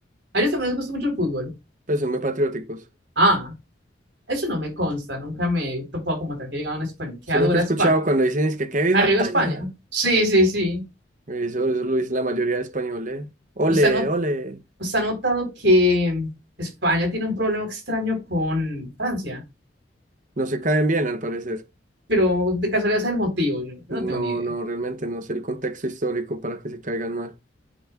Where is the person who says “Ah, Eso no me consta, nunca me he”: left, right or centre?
Right